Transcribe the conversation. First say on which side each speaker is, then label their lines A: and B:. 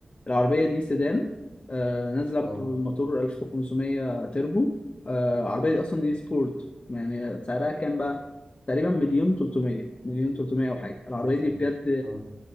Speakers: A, on the left; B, on the left.
A: العربيه دي سيدان آه، نازله بموتور
B: اه
A: 1500 تربو آه، العربيه دي اصلا دي سبورت يعني سعرها كام بقى تقريبا مليون 300 مليون 300 او حاجه العربيه
B: يا ساتر
A: دي بجد
B: اه